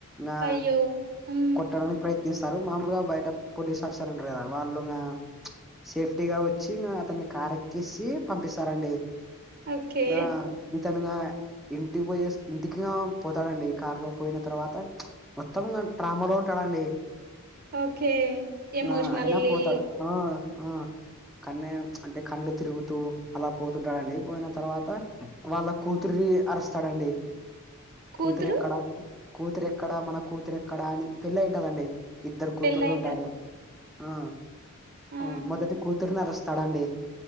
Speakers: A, in the centre; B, on the right.
A: నా
B: అయ్యో ఉమ్
A: కొట్టడంమే ప్రయత్నిస్తారు మామూలుగా బయట పోలీస్ ఆఫీసర్ ఉంటారు కదా వాళ్ళు ఇంగా సేఫ్టీగా వచ్చి ఇంగా అతన్ని కార్ ఎక్క్కసి పంపిస్తారండి
B: ఓకే
A: నా ఇతనుంగా ఇంటికి పోయేస్ ఇంటికె పోతాడండి కారు లో పోయిన తర్వాత మొత్తం నా ట్రామాలో ఉంటాడండి
B: ఓకే ఎమోషనల్లీ
A: నా అయినా పోతాడ్ ఆ ఆ కానే అంటే కండ్లు తిరుగుతూ అలా పోతుంటాడు అండి పోయిన తర్వాత వాళ్ళ కూతురి అరుస్తాడండి
B: కూతురు
A: కూతురెక్కడా కూతురు ఎక్కడ మన కూతురు ఎక్కడా అని పెళ్లి అయింటాదండి ఇద్దరు కూతుర్లు
B: పెళ్ళయింట
A: ఉంటారు ఆ
B: ఆ
A: ఉ మొదటి కూతురుని అరెస్ తడండి